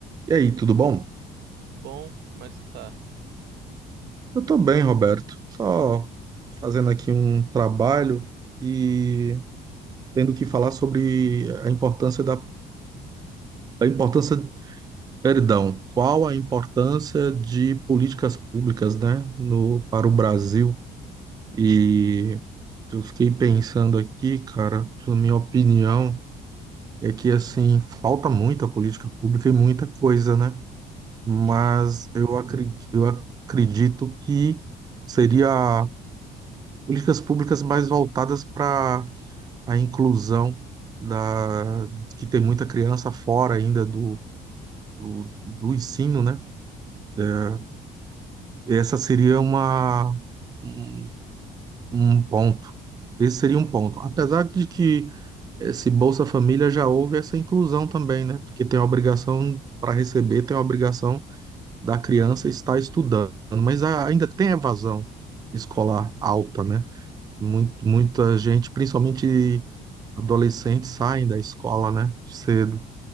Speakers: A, on the right; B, on the right.
A: E aí, tudo bom?
B: Bom, como é que você tá?
A: Eu tô bem, Roberto. Só fazendo aqui um trabalho e tendo que falar sobre a importância da a importância, perdão, qual a importância de políticas públicas, né, no para o Brasil. E eu fiquei pensando aqui, cara, na minha opinião é que assim, falta muita política pública e muita coisa, né? Mas
B: Uhum,
A: eu acredito, eu acredito que seria políticas públicas mais voltadas para a inclusão da que tem muita criança fora ainda do, do, do ensino, né? É, essa seria uma um, um ponto. Esse seria um ponto. Apesar de que esse Bolsa Família já houve essa inclusão também, né? Porque tem a obrigação para receber, tem a obrigação da criança estar estudando, mas a- ainda tem evasão escolar alta, né? Muito, muita gente, principalmente Adolescentes saem da escola, né? Cedo,